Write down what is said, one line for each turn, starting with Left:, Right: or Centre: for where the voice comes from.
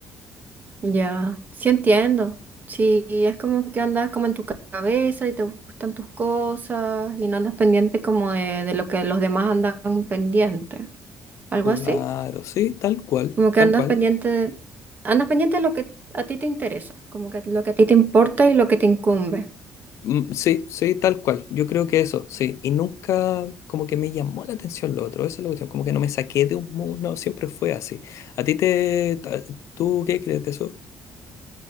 Right: Mm, Ya, sí entiendo. Sí, es como que andas como en tu cabeza y te gustan tus cosas y no andas pendiente como de, de lo que los demás andan pendiente. Algo
Left: Claro,
Right: así.
Left: sí, tal cual,
Right: Como que
Left: tal
Right: andas
Left: cual.
Right: pendiente, andas pendiente de lo que a ti te interesa, como que lo que a ti te importa y lo que te incumbe.
Left: Mm, sí, sí, tal cual. Yo creo que eso, sí. Y nunca como que me llamó la atención lo otro, esa es la cuestión, como que no me saqué de un mundo, siempre fue así. ¿A ti te... ta- ¿Tú qué crees de eso?